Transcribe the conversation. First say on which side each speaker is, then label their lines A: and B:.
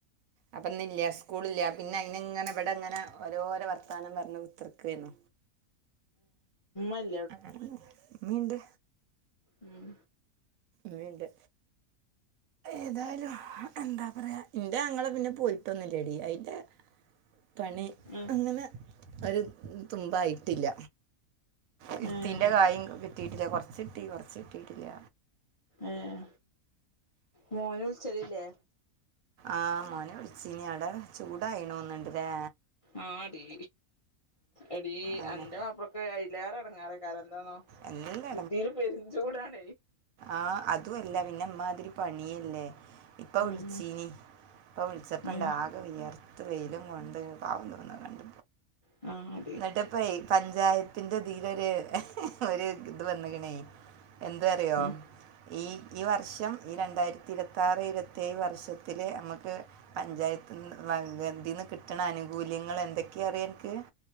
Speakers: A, on the right; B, on the left.
A: അപ്പൊന്ന ഇല്ല സ്കൂള ഇില്ല പിന്നെ അയിന്ങ്ങനെ എവിടെ അങ്ങനെ ഓരോരോ വർത്താനം പറു പുത്തർക്ക് വു
B: ആല്ല
A: ആ മീണ്ട്
B: ഉം
A: വീണ്ട് ഏതായാലും എന്താ പറയാ എന്റെ ങ്ങളെ പിന്നെ പോയിട്ടൊന്നില്ല ടി അതിറെ പണി
B: ഉം
A: അങ്ങനെ ഒരു തുമ്പായിട്ടില്ല ഇടുത്തിീന്റെ
B: ഏഹ്
A: കായം കിട്ടിയിട്ടില്ല കൊറച്ചിട്ടി കൊറച്ച കിട്ടിട്ടില്ല
B: ആഏ മോന ഉത്ച്ചരില്ലേ
A: ആഹ മോനെ വിളിച്ചീനി അവിടെ ചൂടായിണന്നുണ്ട്ല്ലേ
B: ആ അടിീ എടീ
A: അല്ലേ
B: എന്റെ മാപ്പളൊക്കെ അലേറെടങ്ങാറേ കാലം എന്താന്നോ
A: എന്നെ എല്ലാം
B: ജിദ്ദിര് പെരിഞ്ചൂടാണ
A: ആഹ അത അല്ല പിന്നെമാതിരി പണിയല്ലേ ഇപ്പൊ
B: ഉം
A: വിളിച്ചീനി അപ്പൊ ഉത്സപ്പന്റെ
B: ഉം
A: ആകെ ഉയർത്ത് വെയിലും കൊണ്ട് പാവുന്നുന്ന കണ്ട
B: ആ
A: എന്നിട്ട ഇപ്പ പഞ്ചായത്തിന്റെ ഇതിൽൊരു ഒരു ഇത് വന്ന കണ എന്താ അറിയോ
B: ഉം
A: ഈ ഈ വർഷം ഈ രണ്ടായിരത്തി ഇരുപത്താറ് ഇരുപത്തേഴ് വർഷത്തി നമുക്ക് പഞ്ചായത്ത്തിീന്ന് കിട്ടണ ആനുകൂല്യങ്ങൾ എന്തൊക്കെയാ അറിയാം എനിക്ക്